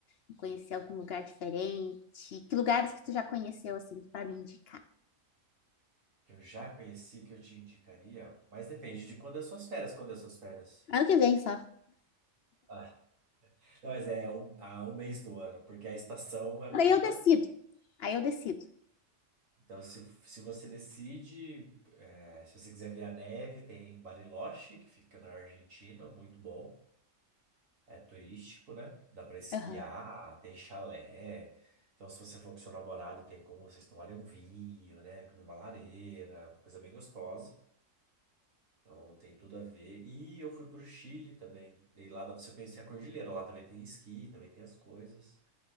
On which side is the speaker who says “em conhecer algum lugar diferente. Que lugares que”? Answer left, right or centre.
Left